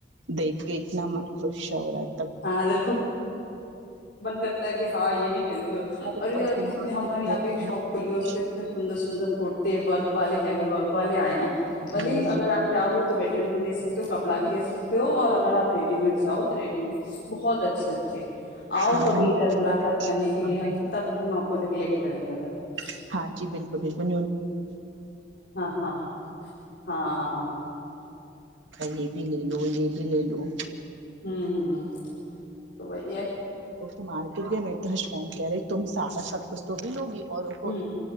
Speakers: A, on the right; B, on the left.
A: دیکھ کے اتنا من خوش عورت
B: بند کرتا ہے کہ ہاں یہ بھی خرید لو
A: اور
B: پہ
A: اوپر سے مارکیٹ میں اتنا
B: شاپ کھلی
A: کچھ،
B: پھوڑتے ہیں ورک والے ہیوی ورک والے ائے ہیں ولی
A: ہوں،
B: اگر اپ چاہو تو بیٹری بھی لے سکتے ہو کپڑا بھی لے سکتے ہو <unintelligible> <unintelligible> بہت اچھے اچھے اؤ
A: ہاں
B: کبھی
A: ہاں، نیو
B: ادھر ملاقات
A: کلیکشن،
B: کرنے کے لیے ہم سب ہم اپ کو ڈگ لے کے چلیں گے بس
A: چپ رہ ہاں جی بالکل بالکل
B: ہاں ہاں ہاں ہاں
A: <unintelligible> یہ بھی لیلو
B: <unintelligible>
A: بھابھی ا گیا فون کرے تم سارا سب کچھ تو بلو گی <inaudible> <unintelligible>
B: ہوں